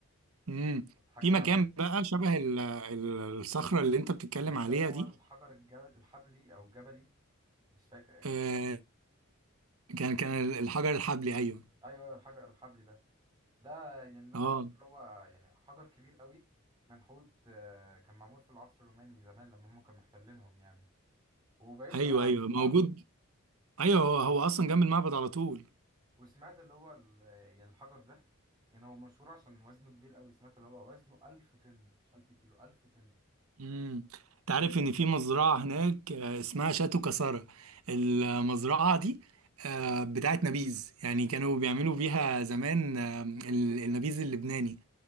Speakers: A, on the right; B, on the right.
A: مم.
B: ما تضحكش
A: في مكان
B: عليا
A: بقى شبه ال- ال- الصخرة اللي أنت بتتكلم
B: مش
A: عليها
B: ده اللي هو
A: دي
B: الحجر الجبل الحبلي او الجبلي مش فاكر كان
A: آه،
B: اسمه ايه
A: كان كان الحجر الحبلي ايوه
B: ايوه ايوه الحجر الحبلي ده ده يعني اللي
A: اه
B: انا عارفه اللي هو يعني حجر كبير قوي منحوت آه، كان معمول في العصر الروماني زمان لما هم كانوا محتلينهم يعني وبعيد
A: ايوه
B: شويه عن
A: ايوه
B: المعبد
A: موجود ايوه هو هو اصلا جنب المعبد على طول
B: وسمعت اللي هو ال- يعني الحجر ده يعني هو مشهور عشان وزنه كبير قوي سمعت اللي هو وزنه 1000 طن مش 1000 كيلو 1000 طن
A: امم انت عارف ان في مزرعه هناك آه، اسمها شاتو كسارة المزرعه دي آه، بتاعت نبيذ يعني كانوا بيعملوا بيها زمان آه، ال- النبيذ اللبناني